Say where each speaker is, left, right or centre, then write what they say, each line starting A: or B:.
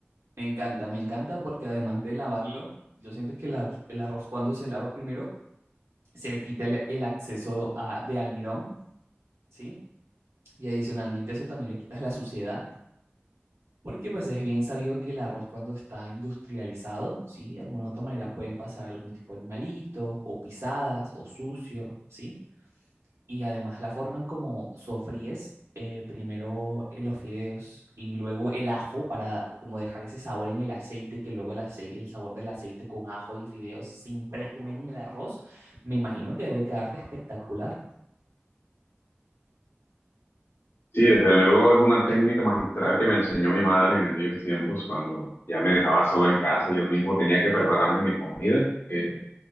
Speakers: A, on the right; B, on the left.
A: Me encanta, me encanta porque además de lavarlo, yo siento que el, ar- el arroz cuando se lava primero se le quita el, el acceso a- de almidón, ¿sí? Y adicionalmente eso también le quitas la suciedad Porque pues es bien sabido que el arroz cuando está industrializado, ¿sí? De alguna u otra manera pueden pasar algún tipo de animalito o pisadas o sucio, ¿sí? Y además la forma en cómo sofríes eh, primero eh, los fideos y luego el ajo para como dejar ese sabor en el aceite, que luego el, acei- el sabor del aceite con ajo y fideos se impregne en el arroz, me imagino que debe quedarte espectacular.
B: Sí, desde luego es una técnica magistral que me enseñó mi madre en aquellos tiempos cuando ya me dejaba solo en casa, yo mismo tenía que prepararme mi comida. Eh,